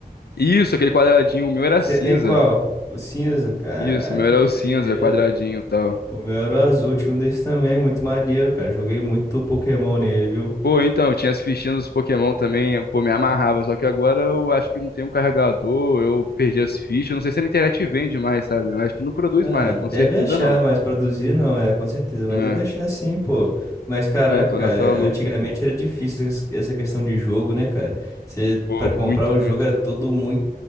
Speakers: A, on the left; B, on the left.
A: Isso, aquele quadradinho, o meu era
B: Você
A: cinza.
B: tem qual? O cinza. Caraca,
A: Isso, o meu era
B: que
A: o
B: doideira.
A: cinza, quadradinho e tal.
B: O meu era o azul, tinha um desse também, muito maneiro, cara. Joguei muito Pokémon nele, viu?
A: Pô, então, eu tinha as fichinhas dos Pokémon também, pô, me amarrava, só que agora eu acho que não tem um carregador, eu perdi as fichas, não sei se a internet vende mais, sabe? Eu acho que não produz
B: Ah,
A: mais, né? Com
B: deve
A: certeza
B: achar,
A: não.
B: mas produzir não, é, com certeza. Mas
A: É,
B: deve achar sim, pô. Mas caraca,
A: não, tô
B: cara,
A: nessa
B: é,
A: luta.
B: antigamente era difícil es- essa questão de jogo, né, cara? Você,
A: Pô,
B: pra comprar
A: muito,
B: o jogo
A: muito.
B: era tudo muito